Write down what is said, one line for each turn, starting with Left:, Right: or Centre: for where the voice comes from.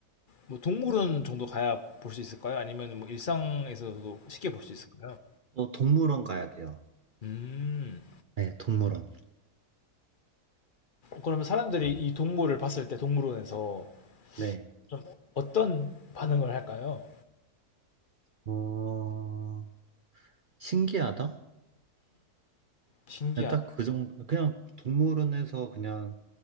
Left: 뭐 동물원 정도 가야 볼 수 있을까요? 아니면 뭐 일상에서도 쉽게 볼 수 있을까요?
Right: 또 동물원 가야 돼요.
Left: 음,
Right: 네, 동물원.
Left: 그러면 사람들이 이 동물을 봤을 때 동물원에서
Right: 네.
Left: 좀 어떤 반응을 할까요?
Right: 어, 신기하다?
Left: 신기한.
Right: 네, 딱그 정도, 그냥 동물원에서 그냥